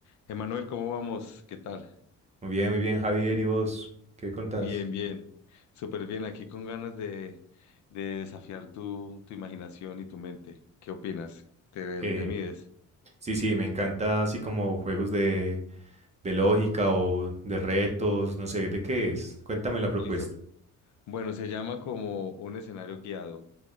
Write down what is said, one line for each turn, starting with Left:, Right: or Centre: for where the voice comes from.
Left: Emanuel, ¿cómo vamos? ¿Qué tal?
Right: Muy bien, muy bien, Javier. ¿Y vos qué contás?
Left: Bien, bien. Súper bien. Aquí con ganas de, de desafiar tu, tu imaginación y tu mente. ¿Qué opinas? ¿Te,
Right: Eh,
Left: te mides?
Right: sí, sí, me encanta así como juegos de, de lógica o de retos, no sé, ¿de qué es? Cuéntame la propuesta.
Left: Listo. Bueno, se llama como un escenario guiado.